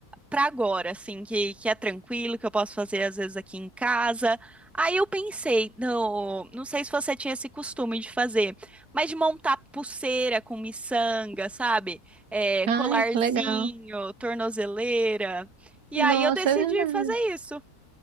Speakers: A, in the centre; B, on the right (about 80°).
A: para agora, assim, que, que é tranquilo, que eu posso fazer às vezes aqui em casa. Aí eu pensei, não, não sei se você tinha esse costume de fazer, mas de montar pulseira com miçanga, sabe? É,
B: Ai,
A: colarzinho,
B: que legal.
A: tornozeleira. E
B: Nossa,
A: aí eu decidi
B: é verdade.
A: fazer isso.